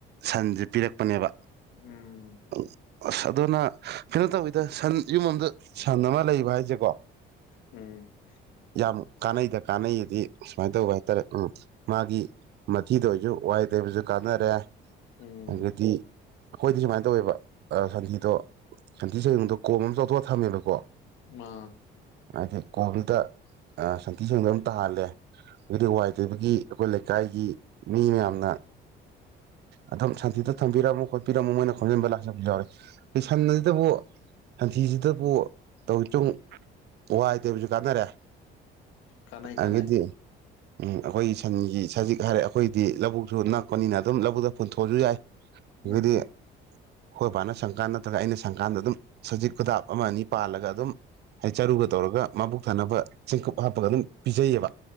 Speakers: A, on the right (about 60°); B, on the left (about 80°).
A: ꯁꯟꯁꯦ ꯄꯤꯔꯛꯄꯅꯦꯕ
B: ꯎꯝ
A: ꯎ ꯑꯁ ꯑꯗꯨꯅ ꯀꯩꯅꯣ ꯇꯧꯏꯗ ꯁꯟ ꯌꯨꯝ ꯑꯃꯗ ꯁꯟ ꯑꯃ ꯂꯩꯕ ꯍꯥꯏꯁꯦꯀꯣ
B: ꯎꯝ
A: ꯀ ꯀꯅꯩꯗ ꯀꯥꯟꯅꯩꯑꯗꯤ ꯁꯨꯃꯥꯏꯅ ꯇꯧꯕ ꯍꯥꯏꯇꯥꯔꯦ ꯎ ꯃꯥꯒꯤ ꯃꯊꯤꯗ ꯑꯣꯏꯁꯨ ꯋꯥꯏ ꯇꯕꯁꯨ ꯀꯥꯟꯅꯔꯦ
B: ꯎꯝ
A: ꯑꯗꯥꯒꯤ ꯑꯩꯈꯣꯏꯗꯤ ꯁꯨꯥꯏ ꯇꯧꯏꯕꯥ ꯁꯟꯊꯤꯗꯣ ꯁꯟꯊꯤ ꯁꯌꯨꯡꯗꯣ ꯀꯣꯝ ꯑꯃ ꯆꯥꯎꯊꯣꯛꯑꯒ ꯊꯝꯃꯦꯕꯀꯣ
B: ꯑ
A: ꯍꯥꯏꯗꯤ ꯀꯣꯕꯤꯗ ꯁꯟꯊꯤ ꯁꯦꯡꯗ ꯑꯗꯨꯝ ꯇꯥꯍꯜꯂꯦ ꯑꯗꯨꯗꯤ ꯋꯥꯏ ꯇꯣꯏꯕꯒꯤ ꯑꯩꯈꯣꯏ ꯂꯩꯀꯥꯏꯒꯤ ꯃꯤ ꯃꯌꯥꯝꯅ ꯑꯗꯨꯝ ꯁꯟꯊꯤꯗ ꯊꯝꯕꯤꯔꯝꯃꯣ ꯈꯣꯠꯄꯤꯔꯝꯃꯣ ꯃꯣꯏꯅ ꯈꯣꯝꯖꯤꯟꯕ ꯂꯥꯛꯆꯕ ꯌꯥꯎꯔ ꯁꯟ ꯑꯁꯤꯗꯕꯨ ꯁꯟꯊꯤꯁꯤꯗꯕꯨ ꯇꯧꯛꯇꯨꯡ ꯋꯥꯏꯇꯦꯕꯁꯨ ꯀꯥꯟꯅꯔꯦ
B: ꯀꯅꯥꯏ
A: ꯑꯗꯒꯤꯗꯤ
B: ꯀꯅꯥꯏ
A: ꯎꯝ ꯑꯩꯈꯣꯏꯒꯤ ꯁꯟꯒꯤ ꯁꯖꯤꯛ ꯍꯥꯏꯔꯦ ꯑꯩꯈꯣꯏꯗꯤ ꯂꯧꯕꯨꯛꯁꯨ ꯅꯛꯄꯅꯤꯅ ꯑꯗꯨꯝ ꯂꯧꯕꯨꯛꯇ ꯄꯨꯟꯊꯣꯛꯑꯁꯨ ꯌꯥꯏ
B: ꯎꯝ
A: ꯑꯗꯒꯤ ꯍꯣꯏ ꯕꯥꯅ ꯁꯪꯀꯥꯟꯗ ꯅꯠꯇ꯭ꯔꯒ ꯑꯩꯅ ꯁꯪꯀꯥꯟꯗ ꯑꯗꯨꯝ ꯁꯖꯤꯛ ꯈꯨꯗꯥꯞ ꯑꯃ ꯑꯅꯤ ꯄꯥꯜꯂꯒ ꯑꯗꯨꯝ ꯍꯥꯏꯗꯤ ꯆꯔꯨꯒ ꯇꯧꯔꯒ ꯃꯕꯨꯛ ꯊꯥꯅꯕ ꯆꯦꯡꯀꯨꯞ ꯍꯥꯞꯄꯒ ꯑꯗꯨꯝ ꯄꯤꯖꯩꯌꯦꯕ